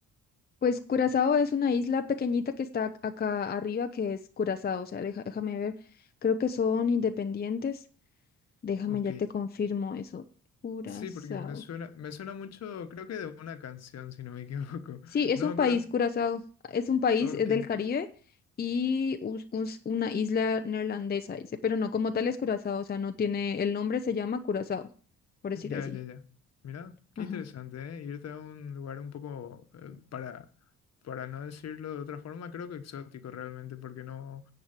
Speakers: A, on the left; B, on the left.
A: Pues Curazao es una isla pequeñita que está ac- acá arriba, que es Curazao. O sea, deja- déjame ver, creo que son independientes. Déjame,
B: Ok.
A: ya te confirmo eso. Curazao.
B: Sí, porque me suena, me suena mucho, creo que de una canción, si no me equivoco. <laughs>
A: Sí, es
B: No
A: un
B: me acuerdo.
A: país, Curazao. Es un país,
B: Ok.
A: es del Caribe y us- us- una isla neerlandesa, dice, pero no como tal es Curazao, o sea, no tiene, el nombre se llama Curazao, por decir
B: Ya,
A: así.
B: ya, ya. Mira, qué
A: Ajá.
B: interesante, ¿eh? Irte a un lugar un poco, eh, para, para no decirlo de otra forma, creo que exótico realmente, porque no,